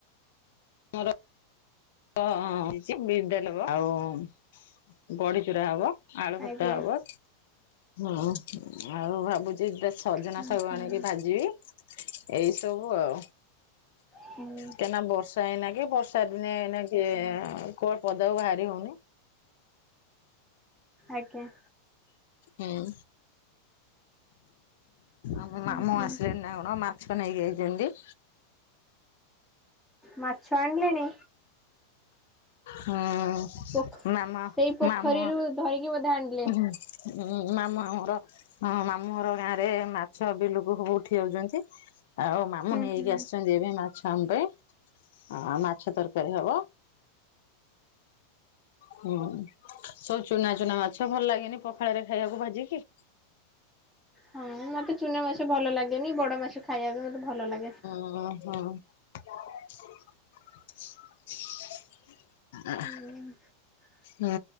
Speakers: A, on the left (about 70°); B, in the centre.
A: <inaudible> ବଢିଚୂୁରା ହବ ଆଳୁଫୁଟା
B: ଆଜ୍ଞା
A: ହବ। ହଁ ଆଉ ଭାବୁଚି ସଜନା
B: ହୁଁ
A: ଶାଗ
B: ହୁଁ
A: ଆଣିକି ଭାଜିବି। ଏଇ ସବୁ ଆଉ
B: ହଉ।
A: କାହିଁକିନା ବର୍ଷା ଏନା କି ବର୍ଷା ଦିନେ ଏଇନେ କିଏ କୁଆଡେ ପଦାକୁ ବାହାରି ହଉନି।
B: ଆଜ୍ଞା।
A: ହୁଁ ଆମ
B: ହୁଁ
A: ମାମୁଁ
B: ହୁଁ
A: ଆସିଲେଣି ନା କଣ ମା ମାଛ ନେଇକି ଆଇଚନ୍ତି।
B: ମାଛ ଆଣିଲେଣି?
A: ହୁଁ
B: ପୋଖ
A: ମାମା
B: ସେଇ ପୋଖରୀରୁ
A: ମାମ
B: ଧରିକି ବୋଧେ ଆଣିଲେ।
A: ଉଁ ମାମୁଁଆମର ମାମୁଁ ଘର ଗାଁ ରେ ମାଛ ବିଲକୁ ଉଠି ଯାଉଛନ୍ତି। ଆଉ ମାମୁଁ
B: ହୁଁ
A: ନେଇକି
B: ହୁଁ।
A: ଆସିଛନ୍ତି ଏବେ ମାଛ ଆମ ପାଇଁ ଆ ମାଛ ତରକାରୀ ହବ। ହୁଁ ସବୁ ଚୁନା ଚୁନା ମାଛ ଭଲ ଲାଗେନି ପଖାଳରେ ଖାଇବାକୁ ଭାଜିକି।
B: ହଁ ମତେ ଚୁନା ମାଛ ଭଲ ଲାଗେନି ବଡ ମାଛ ଖାଇବାକୁ ମତେ ଭଲ ଲାଗେ।
A: ଓହୋ। ଆଁ।
B: ହୁଁ।
A: ହୁଁ